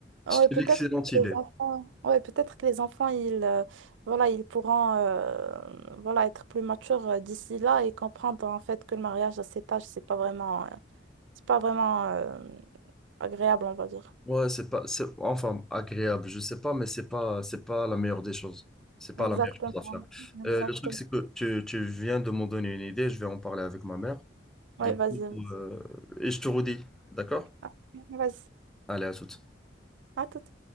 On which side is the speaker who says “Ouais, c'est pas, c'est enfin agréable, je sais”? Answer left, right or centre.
Centre